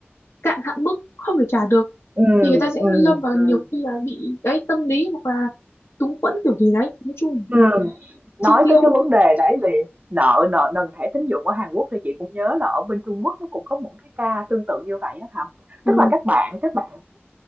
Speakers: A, on the left; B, on the right.
A: cạn hạn mức không thể trả được
B: Ừm,
A: thì người ta sẽ
B: ừm,
A: lâm vào
B: Ừm.
A: nhiều khi là bị đấy tâm lý hoặc là túng quẫn kiểu gì đấy nói chung là
B: ừm. Nói
A: chi tiêu
B: tới cái vấn đề đấy về nợ nợ nần thẻ tín dụng ở Hàn Quốc thì chị cũng nhớ là ở bên Trung Quốc nó cũng có những cái ca tương tự như vậy á Thảo.
A: ừ.
B: Tức là các bạn các bạn